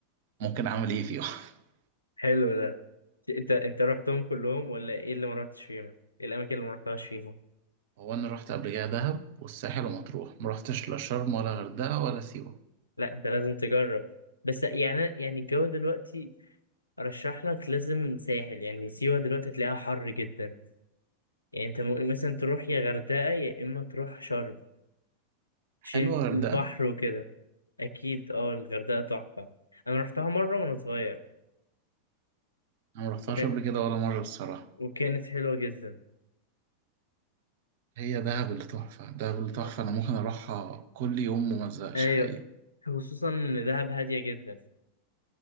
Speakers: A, on the right; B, on the left.
A: ممكن اعمل ايه فيهم <laughs>
B: حلو ده انت انت رحتهم كلهم ولا ايه اللي ما رحتش فيهم ايه الاماكن اللي ما رحتهاش فيهم
A: هو انا رحت قبل كده دهب والساحل ومطروح مرحتش لا شرم ولا غردقة ولا سيوة
B: لا انت لازم تجرب بس يعني يعني الجو دلوقتي ارشح لك لازم ساحل يعني سيوة دلوقتي تلاقيها حر جدا يعني انت ممكن مثلا تروح يا غردقة يا اما تروح شرم
A: حلوة
B: عشان
A: غردقة
B: البحر وكده اكيد اه الغردقة تحفة انا رحتها مرة وانا صغير
A: انا مرحتهاش
B: وكا-
A: قبل كده ولا مرة الصراحة
B: وكانت حلوة جدا
A: هي دهب اللي تحفة دهب اللي تحفة
B: اه،
A: انا ممكن اروحها كل يوم ومزهقش
B: ايوه
A: حقيقي
B: خصوصا ان دهب هادية جدا